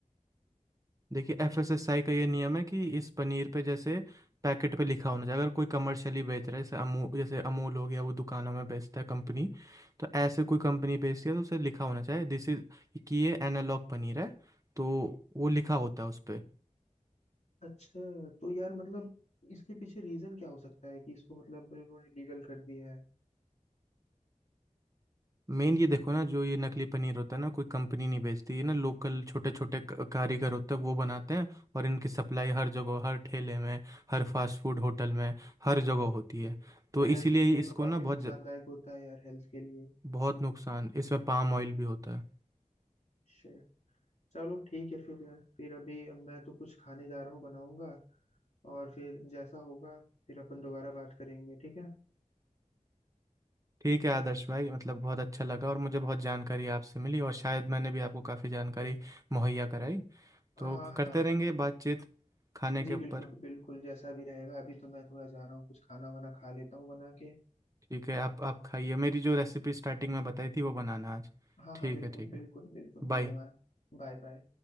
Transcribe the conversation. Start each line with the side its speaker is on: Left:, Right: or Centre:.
Right: देखिए एफएसएसआई का ये नियम है कि इस पनीर पे जैसे पैकेट पे लिखा होना चाहिए अगर कोई कमर्शियली बेच रहा है जैसे अमूल जैसे अमूल हो गया वो दुकानों में बेचता है कंपनी तो ऐसे कोई कंपनी बेचती है तो उसे लिखा होना चाहिए दिस इज कि ये एनालॉग पनीर है तो वो लिखा होता है उस पर
Left: अच्छा तो यार मतलब इसके पीछे रीजन क्या हो सकता है कि इसको मतलब उन्होंने लीगल कर दिया है
Right: मेन ये देखो ना जो ये नकली पनीर होता है ना कोई कंपनी नहीं बेचती ये ना लोकल छोटे छोटे कारीगर होते हैं वो बनाते हैं और इनकी सप्लाई हर जगह हर ठेले में हर फास्ट फूड होटल में हर जगह होती है तो
Left: हेल्थ
Right: इसीलिए
Left: के लिए
Right: इसको
Left: तो काफी
Right: ना
Left: नुकसानदायक
Right: बहुत ज-
Left: होता है यार हेल्थ के लिए
Right: बहुत नुकसान इसमें पाम ऑयल भी होता है
Left: Shit. चलो ठीक है फिर यार फिर अभी मैं तो कुछ खाने जा रहा हूँ बनाऊंगा और फिर जैसा होगा फिर अपन दोबारा बात करेंगे ठीक है
Right: ठीक है आदर्श भाई मतलब बहुत अच्छा लगा और मुझे बहुत जानकारी आपसे मिली और शायद मैंने भी आपको काफ़ी जानकारी मुहैया कराई तो
Left: हाँ हाँ
Right: करते रहेंगे बातचीत खाने
Left: जी
Right: के
Left: बिल्कुल
Right: ऊपर
Left: बिल्कुल जैसा भी रहेगा अभी तो मैं थोड़ा जा रहा हूँ कुछ खाना वाना खा लेता हूँ बना के
Right: ठीक है आप आप खाइए मेरी जो रेसिपी स्टार्टिंग में बताई थी वो बनाना आज
Left: हाँ
Right: ठीक
Left: हाँ बिल्कुल
Right: है ठीक
Left: बिल्कुल
Right: है
Left: बिल्कुल धन्यवाद
Right: बाय
Left: Bye bye